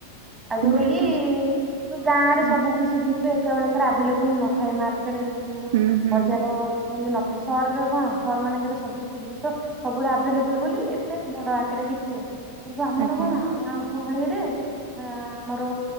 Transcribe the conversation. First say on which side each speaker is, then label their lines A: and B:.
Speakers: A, on the right; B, on the right.
A: ଆଉ ଯୋଉଟା
B: ଗୋଟେ
A: କିି
B: ଶସ୍
A: ଗାଁରେ
B: ଆଁ
A: କିଛି ଜିନିଷ ଏକାବେଳକରେ ଆଭେଲେବଲ୍ ନଥାଏ ମାର୍କେଟ <unintelligible>
B: ହୁଁ ହୁଁ
A: ସହରରେ କଣ ସହର ମାନଙ୍କରେ ସବୁ କିିଛି ଜିନିଷ ସବୁବେଳେ ଆଭେଲେବଲ୍ ବୋଲି ଏତେ ବଡ ଆକାରରେ କିଛି ହୁଏନି। କିନ୍ତୁ ଆମର
B: ଆଜ୍ଞା
A: କଣ, ଗାଁ ଗହଳିରେ ଆମର